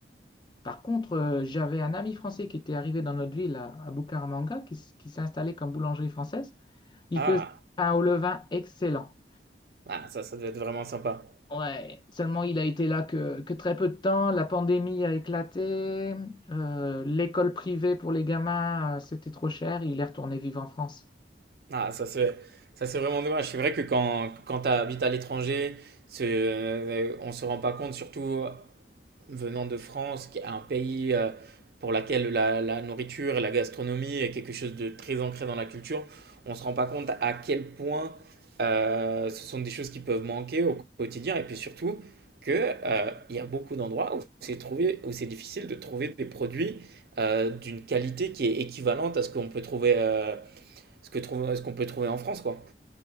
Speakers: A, on the left; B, on the right.
A: Par contre, euh, j'avais un ami français qui était arrivé dans notre ville à, à Bucaramanga, qui, s- qui s'est installé comme boulangerie française. Il
B: Ah,
A: faisait un pain au levain excellent.
B: ah ça, ça doit être vraiment sympa.
A: Ouais, seulement il a été là que, que très peu de temps. La pandémie a éclaté. euh, l'école privée pour les gamins, euh, c'était trop cher. Il est retourné vivre en France.
B: Ah, ça, c'est, ça, c'est vraiment dommage. C'est vrai que quand, quand tu habites à l'étranger, c'est, euh, on se rend pas compte, surtout venant de France, qui est un pays euh, pour laquelle la, la nourriture et la gastronomie est quelque chose de très ancré dans la culture, on ne se rend pas compte à quel point euh, ce sont des choses qui peuvent manquer au quotidien. Et puis surtout, que, euh, il y a beaucoup d'endroits où c'est trouvé, où c'est difficile de trouver des produits euh, d'une qualité qui est équivalente à ce qu'on peut trouver, euh, ce que trouve- ce qu'on peut trouver en France, quoi.